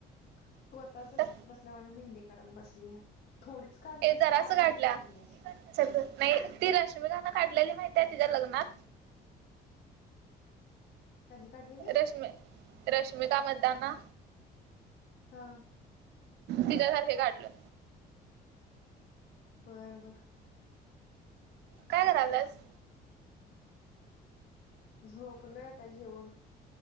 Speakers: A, on the left; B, on the right.
A: स्वतःच
B: चल.
A: नसल्यामुळे मेहंदी काढून बसल्या थोडीच काढल्यास
B: ए जरासं
A: काय हात
B: काढल्या
A: भरून काढलीयस?
B: चल नाही ती रश्मीकान काढलेली माहितीय तिच्या लग्नात
A: कधी काढलेली
B: रश्मी रश्मिका मदाना
A: हा.
B: तिच्यासारखी काढलोय.
A: बर बर.
B: काय कराल्यास?
A: झोपलोय आता जेवून.